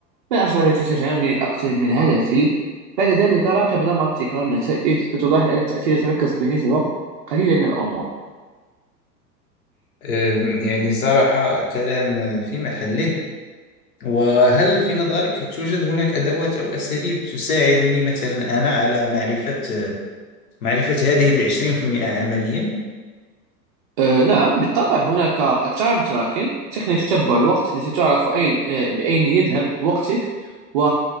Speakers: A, on the right; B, on the left.
A: ما الأسرار التي تجعلني أقترب من هدفي بعد ذلك راقب نمط تكرار النتائج ستلاحظ أن التأثير يتركز في نسبة قليلة من الأمور
B: أم، يعني صراحة كلام في محله وهل في نظرك توجد هناك أدوات أو أساليب تساعدني مثلا أنا على معرفة معرفة هذه العشرين في المئة عمليا
A: آه، نعم بالطبع هناك التايم تراكن تقنية تتبع الوقت التي تعرف أين آه، بأين يذهب وقتك و